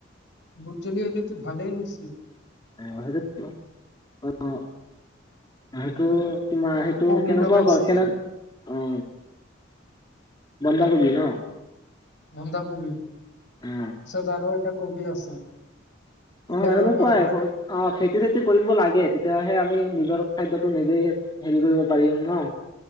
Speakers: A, on the left; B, on the left.
A: ভোটজলকীয়া খেতি ভালেই নিছে।
B: অ সেইটো অ সেইটো তোমাৰ সেইটো
A: কবি
B: কেনেকুৱা
A: লগাইছে।
B: ক কেনেকা অ। বন্ধাকবি ন'?
A: বন্ধাকবি, তাৰপিছত
B: অ
A: আৰু এটা কবি আছে। নীলা
B: অ',
A: ৰঙৰ
B: এনেকুৱাই
A: হয়।
B: স অ', খেতি চেতি কৰিব লাগে। তেতিয়াহে আমি নিজৰ খাদ্যটো নিজেই হেৰি কৰিব পাৰিম ন'।